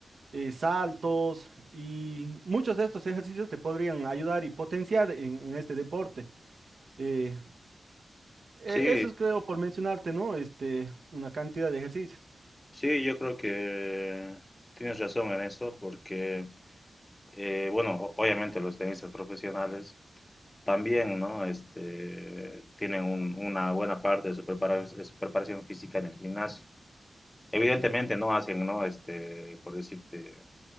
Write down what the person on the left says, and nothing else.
Sí,
sí, yo creo que tienes razón en eso porque... Eh, bueno, o- obviamente los tenistas profesionales también, ¿no? Este, tienen un- una buena parte de su prepara- de su preparación, física en el gimnasio. Evidentemente no hacen, ¿no? Este, por decirte,